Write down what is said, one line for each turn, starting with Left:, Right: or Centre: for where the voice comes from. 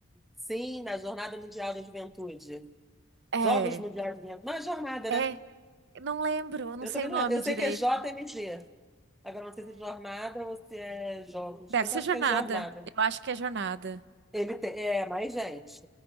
Centre: Sim, na Jornada Mundial da Juventude.
Right: É,
Centre: Jogos Mundiais da Juventude. Não, é jornada,
Right: é,
Centre: né?
Right: não lembro, eu não
Centre: Eu
Right: sei
Centre: também
Right: o
Centre: não
Right: nome
Centre: lembro. Eu
Right: direito.
Centre: sei que é JMG. Agora não sei se é jornada ou se é jogos,
Right: Deve
Centre: mas
Right: ser
Centre: acho
Right: Jornada.
Centre: que é jornada.
Right: Eu acho que é Jornada.
Centre: Ele tem, é mais gente.